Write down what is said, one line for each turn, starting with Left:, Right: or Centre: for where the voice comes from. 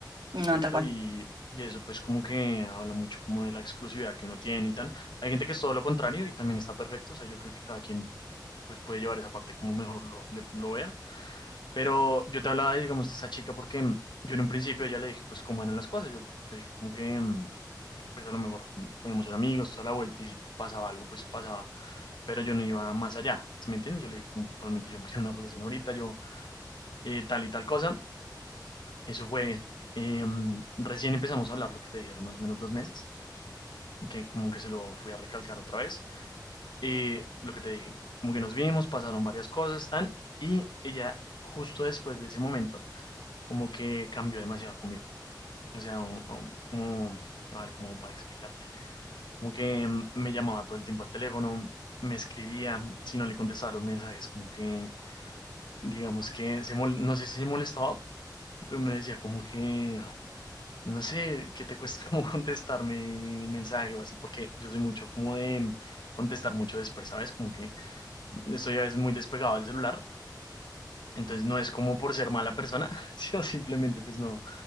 Right: No,
Left: ¿cierto?
Right: tal cual.
Left: Y, y eso pues como que habla mucho como de la exclusividad que uno tiene y tal. Hay gente que es todo lo contrario y también está perfecto, o sea, yo creo que cada quien pues puede llevar esa parte como mejor lo, le- lo vea. Pero yo te hablaba, digamos, de esa chica porque mm, yo en un principio ya le dije pues cómo eran las cosas, yo le dije como que mm, pues a lo mejor mm, podíamos ser amigos toda la vuelta y si pasaba algo pues pasaba, pero yo no iba más allá, ¿sí me entiendes? Yo le dije como, realmente yo no <laughs> quiero una relación ahorita, yo eh, tal y tal cosa. Eso fue, em, recién empezamos a hablar, lo que te dije, hace más o menos dos meses, que como que se lo fui a recalcar otra vez. Eh, lo que te dije, como que nos vimos, pasaron varias cosas, tan, y ella justo después de ese momento, como que cambió demasiado conmigo. O sea, un- un- como, a ver, como para explicarte, como que em, me llamaba todo el tiempo al teléfono, me escribía, si no le contestaba los mensajes, como que, digamos que, se mol- no sé si se molestaba, pero me decía como que... No sé qué te cuesta <laughs> como contestarme un mensaje o así, porque yo soy mucho como de contestar mucho después, ¿sabes? Como que estoy a veces muy despegado del celular, entonces no es como por ser mala persona, <laughs> sino simplemente pues no,